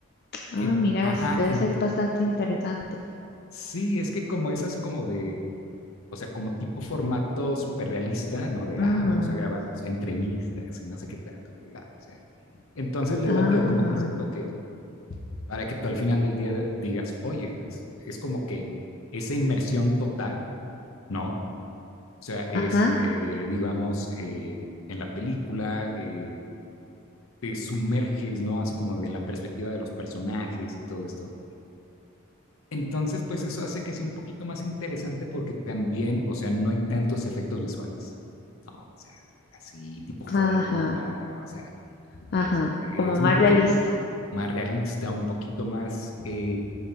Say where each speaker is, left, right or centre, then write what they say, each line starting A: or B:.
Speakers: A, on the left; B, on the left.
A: Ah,
B: En,
A: mira,
B: ajá,
A: s- debe
B: en,
A: ser bastante interesante.
B: sí, es que como es así como de, o sea, como tipo formato superrealista, ¿no? De,
A: Ujú,
B: ah, vamos a grabarnos entrevistas y no sé qué tanto, ¿verdad? O sea, entonces le
A: Ajá,
B: da, Teo, como que ese toque para que tú al final del día digas, oye, pues es como que esa inmersión total, ¿no? O sea, es,
A: ajá,
B: eh, digamos, eh, en la película eh, te sumerges, ¿no? Así como de la perspectiva de los personajes y todo esto. Entonces, pues eso hace que sea un poquito más interesante porque también, o sea, no hay tantos efectos visuales. No, o sea, así tipo
A: ajá,
B: Hollywood, no, o sea,
A: ajá.
B: es, es
A: Como más
B: un poquito
A: realista.
B: más realista, un poquito más eh,